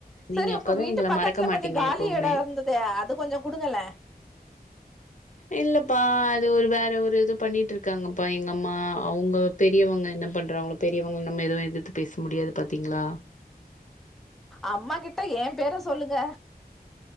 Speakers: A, on the left; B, in the centre.
A: நீங்க
B: சரி உங்க
A: அப்பதா
B: வீட்டு
A: எங்கள
B: பக்கத்துல
A: மறக்க மாட்டீங்க
B: கொஞ்ச காலி
A: எப்பவுமே
B: எட இருந்ததே அது கொஞ்ச குடுங்கலே
A: இல்ல ப்பா அது ஒரு வேற ஒரு இது பண்ணிட்டு இருக்காங்கப்பா எங்க அம்மா அவங்க பெரியவங்க என்ன பண்றாங்களோ ரியவங்க நம்ம எதுவு எதிர்த்து பேச முடியாது பாத்தீங்ளா
B: அம்மா கிட்ட எ பேர சொல்லுங்க